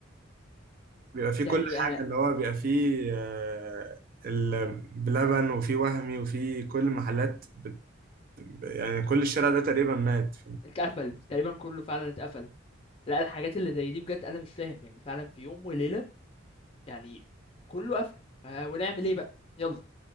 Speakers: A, on the right (about 45°); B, on the left (about 30°).
A: بيبقى فيه كل
B: يعني
A: حاجه
B: انا
A: اللي هو بيبقى فيه آه، ال- بلبن وفيه وهمي وفيه كل المحلات بت... يعني كل الشارع ده تقريبا مات
B: اتقفل تقريبا كله فعلا اتقفل لا الحاجات اللي زي دي بجد انا مش فاهم يعني فعلا في يوم وليله يعني كله قفل آه، ونعمل ايه بقى يلا